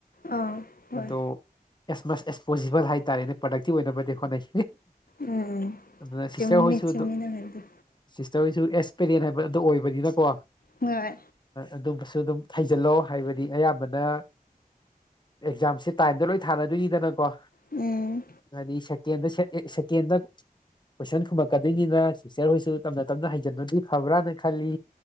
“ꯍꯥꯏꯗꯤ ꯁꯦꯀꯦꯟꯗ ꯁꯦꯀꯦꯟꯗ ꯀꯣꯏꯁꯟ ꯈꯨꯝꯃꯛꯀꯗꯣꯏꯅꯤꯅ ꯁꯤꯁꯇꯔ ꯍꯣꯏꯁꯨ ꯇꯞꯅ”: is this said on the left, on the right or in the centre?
Left